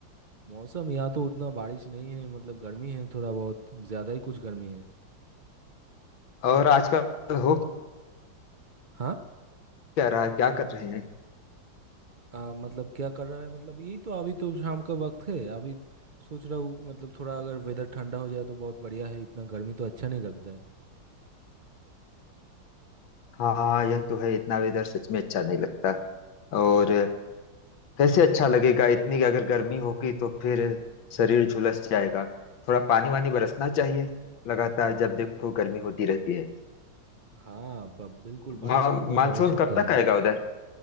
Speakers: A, on the right; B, on the left.
A: मौसम यहाँ तो उतना बारिश नहीं है मतलब गर्मी है थोड़ा बहुत ज्यादा ही कुछ गर्मी है
B: और आजकल हो
A: हाँ
B: क्या रहा है क्या कर रहे हैं
A: आ, मतलब क्या कर रहा है मतलब यही तो अभी तो शाम का वक्त है अभी सोच रहा हूँ मतलब थोड़ा अगर वेदर ठंडा हो जाए तो बहुत बढ़िया है इतना गर्मी तो अच्छा नहीं लगता है
B: हाँ यह तो है इतना वेदर सच में अच्छा नहीं लगता और कैसे अच्छा लगेगा इतनी अगर गर्मी होगी तो फिर शरीर झुलस जाएगा थोड़ा पानी वानी बरसना चाहिए लगातार जब देखो गर्मी होती रहती है
A: हाँ ब- बिल्कुल बारिश
B: मा,
A: का बहुत
B: मानसून
A: आवश्यकता
B: कब तक
A: है
B: आएगा उधर